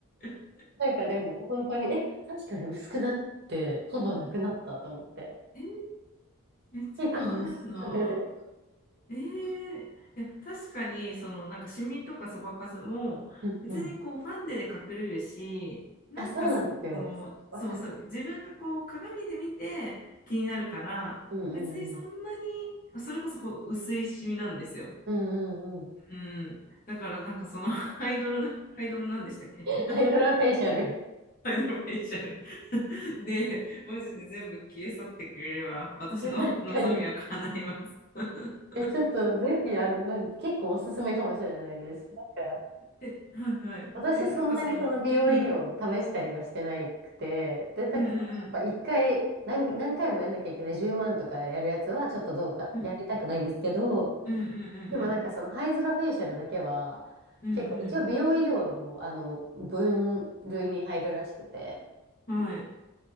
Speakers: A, on the left (about 40°); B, on the right (about 50°).
A: え
B: なんかでも本当に、え、確かに薄くなって、ほぼなくなったと思って、
A: ーめっちゃ気になるな。
B: 結構おすすめです。
A: ええいや確かにそのなんかシミとかそばかすも別にこうファンデで隠れるし、
B: うんうん。
A: なんかそそのそうそう自分がこう鏡で見て気になるから別にそんなにそれこそほ薄いシミなんですよ。
B: あ、そうなんですよ。わかる。うんうんうん。うんうんうん。
A: うん。だからなんかその <laughs> アイドルなアイドルなんでしたっけ
B: ハイドラフェイシャル。
A: フイドルフェイシャル <laughs>。で、マジで全部消え去ってくれれば、私の望みは叶います。
B: <laughs> 確かに。
A: <laughs>
B: え、ちょっとぜひ、あの、なん結構おすすめかもしれないです。なんか、
A: え、はいはい。
B: 私そんなにその美容医療を試したりはしてなくて、
A: え、なんかその、うん、
B: で、なんかそのやっぱ一回何、
A: うんうん
B: 何回もやんなきゃいけない10万とかやるやつはちょっとどうか、
A: うん、
B: やりたくないんですけど、
A: うん、うんうん
B: でもなんかそのハイズラフェイシャルだけは、
A: うんうん、
B: 結構一応美容医療の、
A: うん
B: あの、分類に入るらしくて、
A: うん、はい。